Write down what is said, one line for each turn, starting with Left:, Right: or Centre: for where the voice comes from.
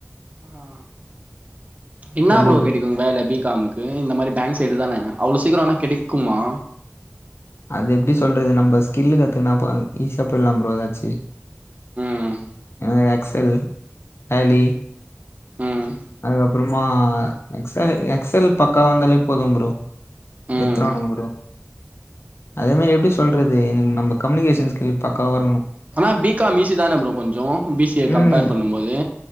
Right: ஆ என்னா
Left: டுவெண்ட்டி
Right: ப்ரோ
Left: டூ
Right: கெடைக்கு வேல பி காம்க்கு ஏ இந்த மாரி பேங்க் சைடுதான அவ்ளோ சீக்கிரோன்னா கெடைக்குமா
Left: அது எப்டி சொல்றது நம்ப ஸ்கில்லு கத்துக்கனா பா ஈஸியா போய்லான் ப்ரோ எதாச்சு
Right: ம்
Left: ஏனா எக்ஸல் டேலி
Right: ம்
Left: அதுக்கப்பறமா எக்ஸலு எக்ஸல் பக்கா வந்தாலே போதும் ப்ரோ
Right: ம்
Left: எத்ருவானுங்க ப்ரோ அதே மாரி எப்டி சொல்றது என் நமக் கம்யூனிகேஷன் ஸ்கில் பக்காவா இருக்கணு
Right: ஆனா பி காம் ஈசி தான ப்ரோ கொஞ்சோ பி சி ஏ
Left: ம்
Right: கம்பேர் பண்ணும்போது